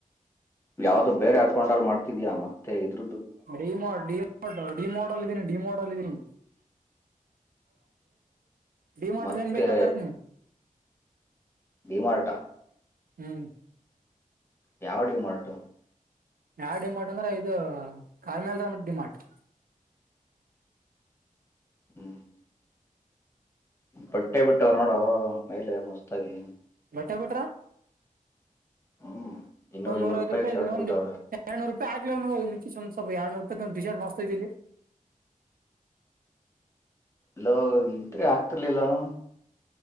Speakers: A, on the left (about 20°); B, on the right (about 85°).
A: ಯಾವ್ದು ಬೇರೆ ಹತ್ಕೊಂಡ್ರ ಮಾಡ್ತಿದ್ಯಾಾ ಮತ್ತೆ ಇದು
B: ಡಿ ಡಿ ಡಿ ಮಾಡೋಲ್ ಇದೀನಿ ಡಿ ಮಾಡೋಲ್ ಇದೀನಿ ಡಿಮೋಟರ್
A: ಮತ್ತೆ
B: ಏನ್ ಬೇಕತರತ್ ನೀ <inaudible>
A: ಡಿ ಮಾರಟಾ
B: ಹ್ಮ್
A: ಯಾವ ಡಿ ಮಾರ್ಟ್
B: ಯಾವ ಡಿಮಾರ್ಟ್ ಅಂದ್ರೆ ಇದು ಕ್ಮೆಲ್ ರಾಮ ಡಿಮಾರ್ಟ್
A: ಹ್ಮ್ ಬಟ್ಟೆ ಬಿಟ್ಟವ್ರ ನೋಡೋ ಮೇಲೆ ಮಸ್ತಾಗಿ
B: ಬಟ್ಟೆ ಬಿುಟ್ರ <inaudible>
A: ಹ್ಮ್ ಇನ್ನೂರ್
B: ಒಂದ ನೂರವ
A: ಇನ್ನೂರ್ ರೂಪಾಯಿ
B: ರೂಪಾಯಿದೆ
A: ಶರ್ಟ್
B: ಒಂದು
A: ಬಿಟ್ಟವ್ರೆ
B: ಎರಡುೂ ರೂಪಾಯಿ ಹಕ್ ನಿಿ ಒ ಸ್ವಲ್ ಎರಡ್ೂರುಾಯಿ ಟಿ ಶರ್ಟ್ ಮಾಸ್ತ ಇಲ್ಲಿ <inaudible>
A: ಇಲ್ಲೋ ಇದ್ರೆ ಆಗ್ತಿರ್ಲಿಲ್ಲಾನ